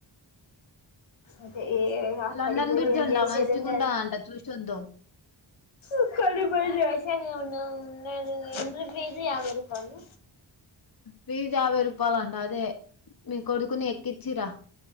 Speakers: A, on the left (about 85°); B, on the left (about 50°).
A: అదే ఏ ఇగ అక్కడికిపోయి
B: లండన్ బ్రిడ్జ్
A: ఏం
B: అంట
A: చేసేదున్నది
B: మంచిగా ఉంటదంట చూసొద్దాం
A: అక్కడికి పోయి చేసేది ఏమున్నది లేదు ఎంట్రీ ఫీస్ యాభై రూపాయలు
B: ఫీస్ యాభై రూపాయలు అంట అదే మీ కొడుకుని ఎక్కించి రా